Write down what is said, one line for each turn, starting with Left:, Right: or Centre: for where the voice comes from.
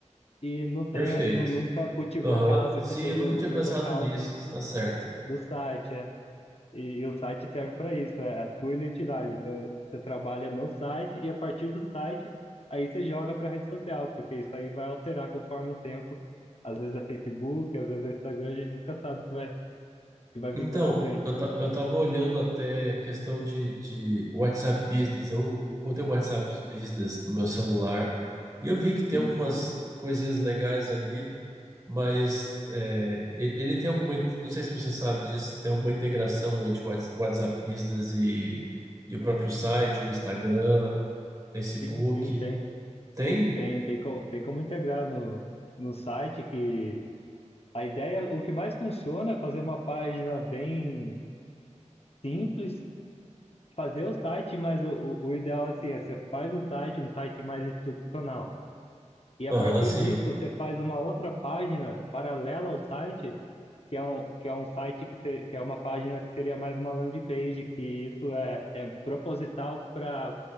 Left: e não
Right: Perfeito.
Left: tem, não nunca cultivou
Right: Aham.
Left: a casa,
Right: Sim,
Left: que seria
Right: eu nunca
Left: o,
Right: tinha
Left: o
Right: pensado
Left: local
Right: nisso, está certo.
Left: do site. é. E, e o site serve para isso, é a sua identidade. Então, você trabalha no site e a partir do site, aí você joga para a rede social, porque isso aí vai alterar conforme o tempo. Às vezes é Facebook, às vezes é Instagram, a gente nunca sabe o que vai, o que vai
Right: Então,
Left: vir pela frente.
Right: eu, ta- eu tava olhando até questão de, de WhatsApp Business. Eu, eu botei o WhatsApp Business no meu celular e eu vi que tem
Left: Sim,
Right: algumas coisinhas legais ali, mas é, e- ele tem alguma, in- não sei se você sabe disso, tem alguma integração entre o Whats- WhatsApp Business e, e o próprio site, o Instagram, Facebook.
Left: sim, sim, tem.
Right: Tem?
Left: Tem, tem como, tem como integrar no, no site que a ideia, o que mais funciona é fazer uma página bem simples, fazer o site, mas o, o, o ideal assim é você faz o site, um site mais institucional. E a
Right: Aham,
Left: partir
Right: sim.
Left: disso, você faz uma outra página paralela ao site, que é um, que é um site que, se- que é uma página que seria mais uma landing page, que isso é, é proposital para